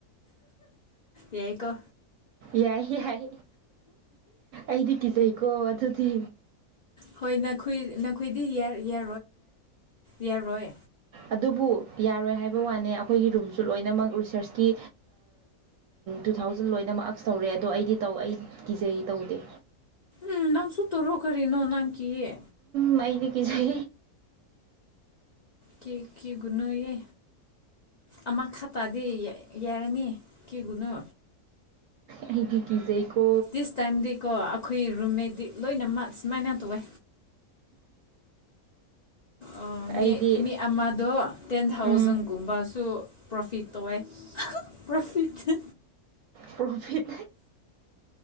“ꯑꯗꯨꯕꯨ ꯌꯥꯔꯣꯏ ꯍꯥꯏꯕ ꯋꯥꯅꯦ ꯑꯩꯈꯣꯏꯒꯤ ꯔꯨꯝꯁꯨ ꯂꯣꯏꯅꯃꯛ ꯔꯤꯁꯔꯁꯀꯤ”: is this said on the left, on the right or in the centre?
Right